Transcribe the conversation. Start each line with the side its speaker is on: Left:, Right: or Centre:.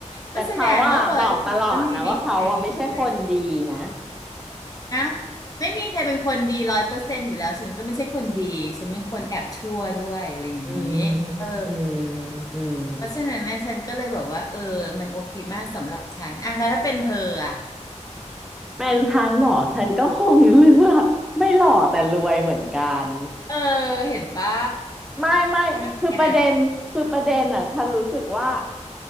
Centre: แต่เขาอ่ะบอกตลอดนะว่าเขาอ่ะไม่ใช่คนดีนะ
Left: ก็แสดงว่าเคยฉันก็มีดีกรีนะเว้ย นะไม่มีใครเป็นคนดีร้อยเปอร์เซ็นต์อยู่แล้วฉันก็ไม่ใช่คนดีฉันเป็นคนแอบชั่วด้วยอะไรอย่างนี้
Centre: อืม
Left: เออ
Centre: อืม อืม
Left: เพราะฉะนั้นนะฉันก็เลยแบบว่าเออมันโอเคมากสำหรับฉันอ่ะแล้วถ้าเป็นเธออ่ะ
Centre: เป็นฉันเหรอฉันก็คงเลือกไม่หล่อแต่รวยเหมือนกัน
Left: เออเห็นปะ
Centre: ไม่ไม่
Left: ทำไมเนี่ย
Centre: คือประเด็น คือประเด็นอ่ะฉันรู้สึกว่า